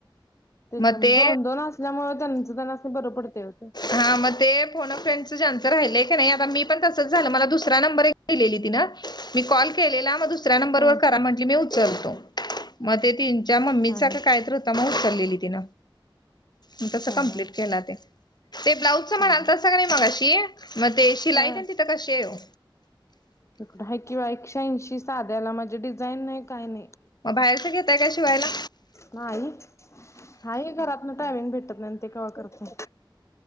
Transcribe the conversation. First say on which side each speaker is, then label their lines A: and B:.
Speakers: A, on the left; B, on the left.
A: त्याच्यामुळ
B: मग ते
A: दोन दोन असल्यामुळे त्यांच त्यांना बर पडतय ओ ते
B: हा मग ते फोन फ्रेंडच ज्यांचं राहिलंय कणी आता मी पण तसंच झालं मला दुसरा नंबर दिलेली तिनं मी कॉल केलेला मग दुसऱ्या नंबर
A: ह
B: वर करा म्हटली मी उचलतो मग ते तिच्या मम्मीचा
A: ह
B: का
A: ह
B: काहीत होत मग उचललेली <inaudible> मग तसं
A: ह
B: कंप्लीट केला त, ते ब्लाउजच
A: ह
B: म्हणाल
A: ह ह
B: तसं का नाही मगाशी मग ते शिलाई
A: ह
B: तेन तिथं कशी हाय ओ
A: इकडं आहे बा किंवा एकश्या ऐंशी साध्याला माझे डिझाईन नाही काय नाही
B: म बाहेरच घेतताय का शिवायला
A: नाही हा हे घरात न टायमिंग भेटत नाही ते कावा करतो